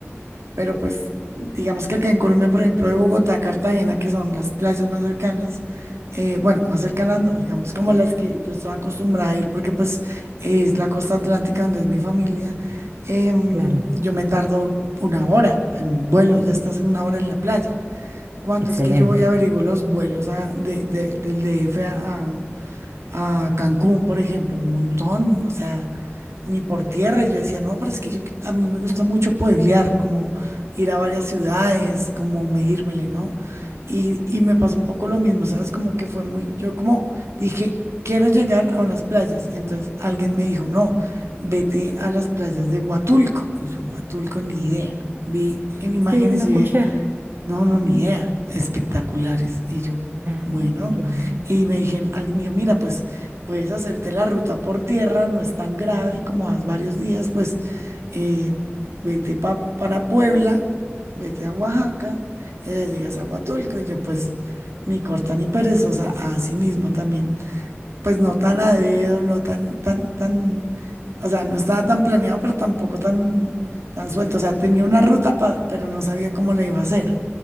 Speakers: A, on the right; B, on the right.
A: Pero pues digamos que acá en Colombia, por ejemplo, de Bogotá a Cartagena, que son las playas más cercanas, eh, bueno, más cercanas no, digamos como las que yo estaba acostumbrada a ir, porque pues es la costa atlántica donde es mi familia, em,
B: claro.
A: yo me tardo una hora en un vuelo, ya estás en una hora en la playa. Cuando
B: Excelente.
A: es que yo voy a averiguo los vuelos a- de- de- del DF a Cancún, por ejemplo, un montón, o sea, ni por tierra. Y yo decía, no, pero es que yo, a mí me gusta mucho pueblear, como ir a varias ciudades, como medírmele, ¿no? Y, y me pasó un poco lo mismo, ¿sabes? Como que fue muy, yo como dije, quiero llegar a unas playas. Y entonces alguien me dijo, no, vete a las playas de Huatulco. Y yo, Huatulco, ni idea. Vi en imágenes
B: Sí, no
A: y
B: escuché.
A: dije, no, no, ni idea. Espectaculares. Y yo,
B: Ah,
A: bueno.
B: qué bien.
A: Y me dijeron, alguien me dijo, mira, pues puedes hacerte la ruta por tierra, no es tan grave y como vas varios días, pues eh, vete pa- para Puebla, vete a Oaxaca, y allá llegas a Huatulco. Y yo, pues, ni corta ni perezosa, así mismo también. Pues no tan a dedo, no tan, tan, tan, o sea, no estaba tan planeado, pero tampoco tan, tan suelto. O sea, tenía una ruta, pa- pero no sabía cómo la iba a hacer.